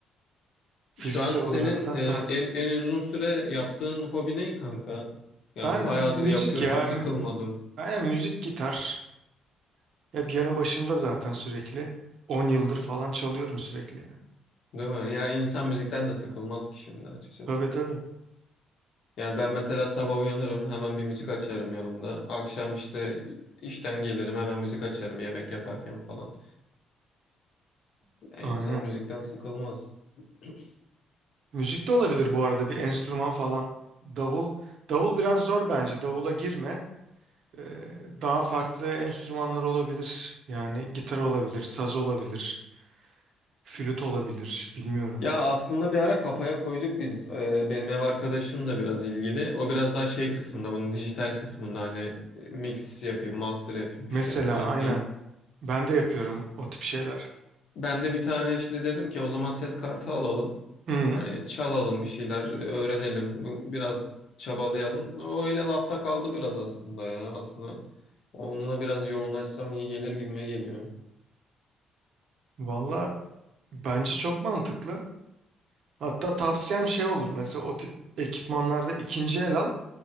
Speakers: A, on the right (about 70°); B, on the left (about 70°).
A: Fiziksel
B: Şu an senin
A: olarak da.
B: e,
A: Heh.
B: en, en uzun süre yaptığın hobi ne kanka? Yani
A: Ben
B: bayağıdır
A: müzik
B: yapıyorum
A: ya.
B: hiç sıkılmadım.
A: Ben yani müzik gitar. Hep yanı başımda zaten sürekli. 10 yıldır falan çalıyorum sürekli yani.
B: Değil mi? Ya insan müzikten de sıkılmaz ki şimdi açıkçası.
A: Tabii tabii.
B: Yani ben mesela sabah uyanırım hemen bir müzik açarım yanımda. Akşam işte işten gelirim hemen müzik açarım yemek yaparken falan. Yani
A: Aynen.
B: insan müzikten sıkılmaz. <clears throat>
A: Müzik de olabilir bu arada bir enstrüman falan. Davul. Davul biraz zor bence. Davula girme. Ee, daha farklı enstrümanlar olabilir. Yani gitar olabilir, saz olabilir, flüt olabilir. Bilmiyorum.
B: Ya aslında bir ara kafaya koyduk biz. Ee, benim ev arkadaşım da biraz ilgili. O biraz daha şey kısmında, bunun dijital kısmında hani e, mix yapayım, master yapayım işte
A: Mesela
B: böyle
A: aynen.
B: di
A: Ben de yapıyorum o tip şeyler.
B: Ben de bir tane işte dedim ki o zaman ses kartı alalım.
A: Hı.
B: Hani çalalım bir şeyler e, öğrenelim. Bu biraz çabalayalım. O öyle lafta kaldı biraz aslında ya. Aslında onunla biraz yoğunlaşsam iyi gelir gibime geliyor.
A: Valla bence çok mantıklı. Hatta tavsiyem şey olur. Mesela o tip ekipmanlarda ikinci el al.